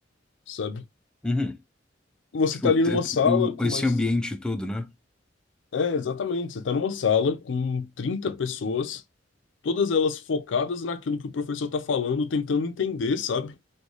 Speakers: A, on the left; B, in the centre.
A: sabe?
B: uhum.
A: Você
B: Tipo,
A: tá ali
B: te-
A: numa
B: te-
A: sala
B: o-
A: com
B: esse
A: mais.
B: ambiente todo, né?
A: É, exatamente. Você tá numa sala com 30 pessoas, todas elas focadas naquilo que o professor tá falando, tentando entender, sabe?